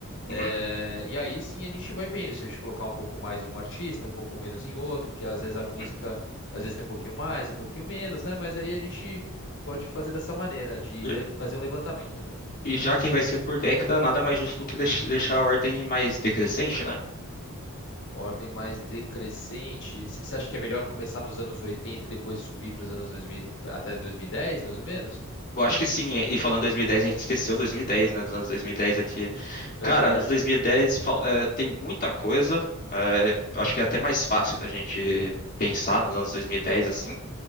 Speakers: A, on the left (about 40°); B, on the left (about 55°).
A: uhum,
B: Eh, e aí sim a gente vai vendo se a gente colocar um pouco mais em um artista, um pouco menos em outro, porque às vezes a música,
A: uhum.
B: às vezes tem um pouquinho mais, um pouquinho menos, né? Mas aí a gente pode fazer dessa maneira, de
A: E
B: le- fazer um levantamento, né?
A: e já que vai ser por década, nada mais justo do que deix- deixar a ordem mais decrescente, né?
B: Ordem mais decrescente. C- Você acha que é melhor começar nos anos 80 e depois subir para os anos 2000, até 2010, mais ou menos?
A: Eu acho que sim, e e falando 2010, a gente esqueceu 2010, né? Dos anos 2010 aqui.
B: Verdade.
A: Cara, anos 2010 fal- eh, tem muita coisa. eh, eu acho que é até mais fácil da gente pensar nos anos 2010, assim.